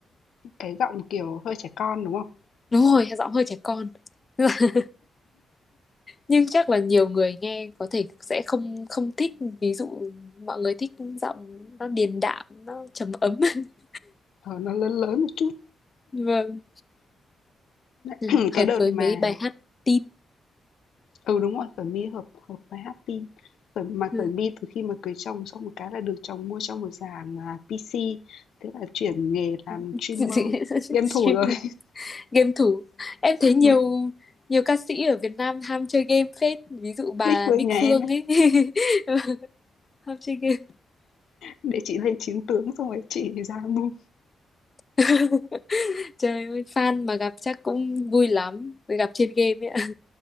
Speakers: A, on the left; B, on the left.
A: Cái giọng, kiểu, hơi trẻ con, đúng không?
B: Đúng rồi, giọng hơi trẻ con. <laughs> Nhưng chắc là nhiều người nghe có thể sẽ không không thích, ví dụ mọi người thích giọng nó điềm đạm, nó trầm ấm. <laughs>
A: Ờ, nó lớn lớn một chút.
B: Vâng. Ừ,
A: Ừm,
B: hợp
A: cái đợt
B: với
A: mà
B: mấy bài hát tin
A: ừ, đúng rồi, Khởi My hợp hợp với Hát tin mà
B: Ừ.
A: Khởi My từ khi mà cưới chồng xong một cái là được chồng mua cho một dàn, à, PC, thế là chuyển nghề làm
B: <laughs>
A: streamer, game
B: stream
A: thủ rồi. <laughs>
B: game thủ em thấy nhiều
A: Ừm,
B: nhiều ca sĩ ở Việt Nam ham chơi game phết ví dụ bà
A: Bích Phương
B: Bích
A: nhà em
B: Phương
A: ấy,
B: ấy <laughs> ham chơi game
A: để chị lên chiến tướng xong rồi chị ra mua
B: <laughs> trời ơi fan mà gặp chắc cũng vui lắm gặp trên game ấy ạ.